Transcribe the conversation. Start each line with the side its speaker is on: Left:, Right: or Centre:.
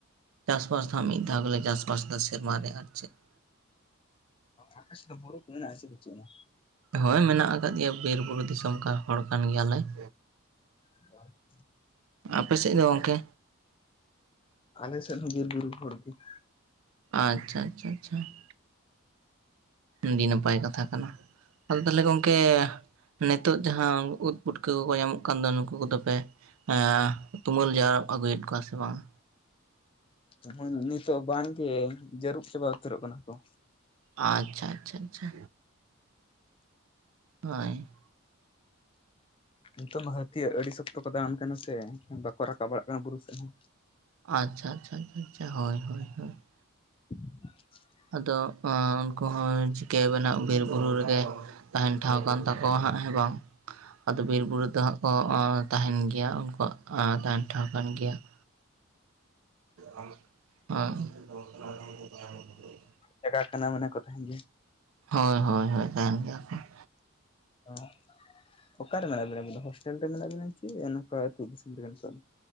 Right: ᱪᱟᱥ-ᱵᱟᱥ ᱫᱚ ᱢᱤᱫ ᱫᱟᱣ ᱜᱮᱞᱮ ᱪᱟᱥ-ᱵᱟᱥ ᱫᱟ ᱥᱮᱨᱢᱟᱨᱮ ᱟᱨ ᱪᱮᱫ ᱾
Left: ᱟᱯᱮ ᱥᱮᱫ ᱫᱚ ᱵᱩᱨᱩ ᱠᱚ ᱢᱮᱱᱟᱜᱼᱟ ᱥᱮ ᱵᱟᱹᱪᱩᱜ ᱟᱱᱟ?
Right: ᱦᱳᱭ ᱢᱮᱱᱟᱜ ᱟᱠᱟᱫ ᱜᱮᱭᱟ ᱵᱤᱨᱼᱵᱩᱨᱩ ᱫᱤᱥᱚᱢ ᱠᱟ ᱦᱚᱲ ᱠᱟᱱ ᱜᱮᱭᱟᱞᱮ ᱾
Left: <inaudible>
Right: ᱟᱯᱮ ᱥᱮᱡ ᱫᱚ ᱜᱚᱝᱠᱮ?
Left: ᱟᱞᱮ ᱥᱮᱫ ᱦᱚᱸ ᱵᱤᱨ ᱵᱩᱨᱩ ᱦᱚᱲ ᱜᱮ ᱾
Right: ᱟᱪᱪᱷᱟ ᱟᱪᱪᱷᱟ ᱟᱪᱪᱷᱟ ᱾ ᱟᱹᱰᱤ ᱱᱟᱯᱟᱭ ᱠᱟᱛᱷᱟ ᱠᱟᱱᱟ, ᱟᱫᱚ ᱛᱟᱦᱚᱞᱮ ᱜᱚᱝᱠᱮ ᱱᱤᱛᱚᱜ ᱡᱟᱦᱟᱸ ᱩᱫ ᱯᱩᱴᱠᱟᱹ ᱠᱚᱠᱚ ᱧᱟᱢᱚᱜ ᱠᱟᱱ ᱫᱚ ᱱᱩᱠᱩ ᱠᱚᱫᱚ ᱯᱮ ᱮᱸ ᱛᱩᱢᱟᱹᱞ ᱡᱟᱨᱩᱵᱽ ᱟᱹᱜᱩᱭᱮᱫ ᱠᱚᱣᱟ ᱥᱮ ᱵᱟᱝᱟ?
Left: ᱛᱩᱢᱟᱝ ᱱᱤᱛ ᱦᱚᱸ ᱵᱟᱝᱜᱮ, ᱡᱟᱹᱨᱩᱵ ᱪᱟᱵᱟ ᱩᱛᱟᱹᱨᱚᱜ ᱠᱟᱱᱟ ᱠᱚ ᱾
Right: ᱟᱪᱷᱟ ᱟᱪᱷᱟ ᱟᱪᱷᱟ, ᱦᱳᱭ ᱾
Left: ᱱᱤᱛᱚᱝ ᱢᱟ ᱦᱟᱹᱛᱤᱭᱟᱜ ᱟᱹᱰᱤ ᱥᱚᱠᱛᱚ ᱠᱚ ᱫᱟᱬᱟᱱ ᱠᱟᱱᱟ ᱥᱮ ᱵᱟᱠᱚ ᱨᱟᱠᱟᱵ ᱵᱟᱹᱲᱟᱜ ᱠᱟᱱᱟ ᱵᱩᱨᱩ ᱥᱮᱫ ᱦᱚᱸ ᱾
Right: ᱟᱪᱪᱷᱟ ᱟᱪᱪᱷᱟ ᱟᱪᱪᱷᱟ, ᱦᱳᱭ ᱦᱳᱭ ᱦᱳᱭ ᱾
Left: <inaudible>
Right: ᱟᱫᱚ ᱚᱸ ᱩᱱᱠᱩ ᱦᱚᱸ ᱪᱤᱠᱟᱹᱵᱮᱱ ᱦᱟᱸᱜ ᱵᱤᱨ ᱵᱩᱨᱩ ᱨᱮᱜᱮ ᱛᱟᱦᱮᱱ ᱴᱷᱟᱶ ᱠᱟᱱ ᱛᱟᱠᱚᱣᱟ ᱦᱟᱸᱜ ᱦᱮᱸ ᱵᱟᱝ! ᱟᱫᱚ ᱵᱤᱨ ᱵᱩᱨᱩ ᱫᱚ ᱦᱟᱸᱜ ᱠᱚᱸ ᱚᱸ ᱛᱟᱦᱮᱱ ᱜᱮᱭᱟ ᱩᱱᱠᱩᱣᱟᱜ ᱟᱸ ᱛᱟᱦᱮᱱ ᱴᱷᱟᱶ ᱠᱟᱱ ᱜᱮᱭᱟ ᱾ <inaudible> ᱚᱸ <inaudible>
Left: ᱡᱟᱜᱟ ᱠᱟᱱᱟ ᱢᱟᱱᱮ ᱠᱚ ᱛᱟᱦᱮᱱ ᱜᱮᱭᱟ ᱾
Right: ᱦᱳᱭ ᱦᱳᱭ ᱦᱳᱭ ᱛᱟᱦᱮᱱ ᱜᱮᱹᱭᱟ ᱠᱚ ᱾
Left: ᱚᱸ ᱚᱠᱟᱨᱮ ᱢᱮᱱᱟᱜ ᱵᱤᱱᱟ ᱟᱵᱤᱱ ᱫᱚ ᱦᱚᱥᱴᱮᱞ ᱨᱮ ᱢᱮᱱᱟᱜ ᱵᱤᱱᱟ ᱪᱮ, ᱱᱚᱠᱟ ᱟᱛᱩ ᱫᱤᱥᱚᱢ ᱨᱮᱜᱮ ᱱᱤᱛᱚᱜ ᱫᱚ?